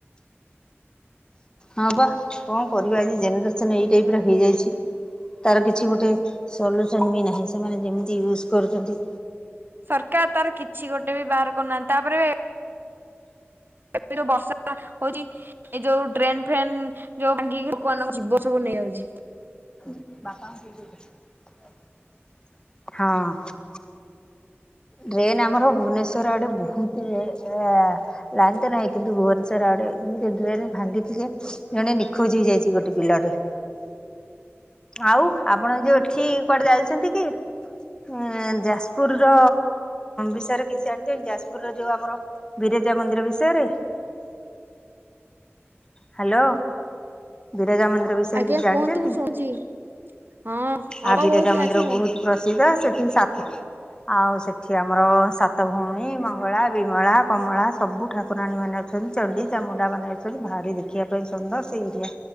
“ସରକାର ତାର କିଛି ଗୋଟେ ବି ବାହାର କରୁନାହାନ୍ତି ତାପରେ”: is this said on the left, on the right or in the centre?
Right